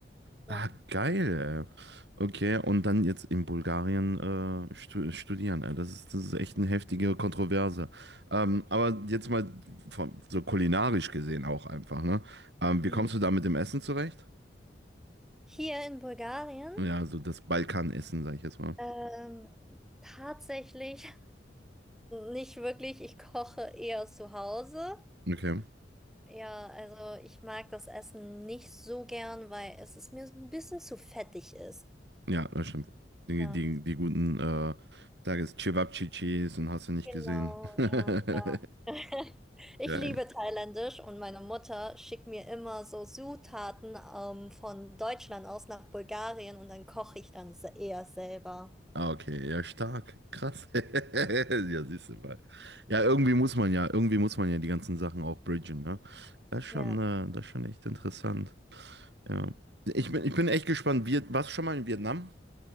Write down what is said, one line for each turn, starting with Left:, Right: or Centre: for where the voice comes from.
Centre: Ja.
Right: Ah, geil. ey. Okay, und dann jetzt in Bulgarien äh, stu studieren. ey. Das ist, das ist echt eine heftige Kontroverse. Ähm, aber jetzt mal von, so kulinarisch gesehen auch einfach, ne? Ähm, wie
Centre: Hm.
Right: kommst du da mit dem Essen zurecht?
Centre: Hier in Bulgarien,
Right: Ja, so das Balkanessen, sag ich jetzt mal.
Centre: ähm, tatsächlich <laughs> nicht wirklich, ich koche eher zu Hause.
Right: Okay.
Centre: Ja, also ich mag das Essen nicht so gern, weil es ist mir so ein bisschen zu fettig ist.
Right: Ja, das stimmt. Die,
Centre: Ja,
Right: die, die guten, äh, sag es, Cevapcicis und hast du nicht
Centre: genau,
Right: gesehen. <laughs>
Centre: ja, ja. <laughs> Ich
Right: Geil.
Centre: liebe Thailändisch und meine Mutter schickt mir immer so Zutaten ähm, von Deutschland aus nach Bulgarien und dann koche ich dann se- eher selber.
Right: Ah, okay, ja, stark, krass. <laughs> Ja, siehst du mal. Ja, irgendwie muss man ja, irgendwie muss man ja die ganzen Sachen auch bridgen, ne? Das ist
Centre: Ja.
Right: schon, äh, das ist schon echt interessant. Ja. Ich bin, ich bin echt gespannt. Viet, warst du schon mal in Vietnam?